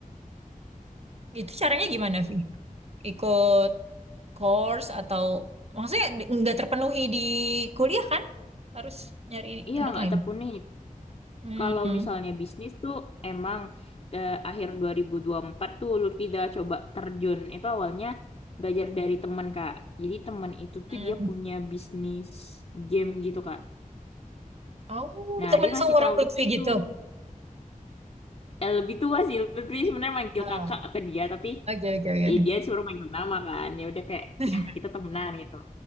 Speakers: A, on the right (about 45°); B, on the left (about 40°).
A: Itu caranya gimana, Vi? Ikut course atau maksudnya di- nggak terpenuhi di kuliah kan? Harus nyari
B: Iya
A: tempat
B: nggak
A: lain.
B: tekuni,
A: Hmm,
B: Kalau misalnya bisnis tuh emang eh, akhir 2024 tuh Lutfi dah coba terjun. Itu awalnya belajar dari teman, Kak. Jadi teman itu
A: hmm.
B: tuh dia punya bisnis game gitu, Kak.
A: Oh,
B: Nah,
A: teman
B: dia ngasih
A: seumuran
B: tahu
A: Lutfi
B: Lutfi
A: gitu.
B: tuh. Eh, lebih tua sih. Lutfi sebenarnya manggil
A: Ah,
B: kakak ke dia, tapi
A: oke oke oke.
B: eh, dia suruh manggil nama kan. Ya udah kayak,
A: <laughs>
B: ya kita temenan gitu.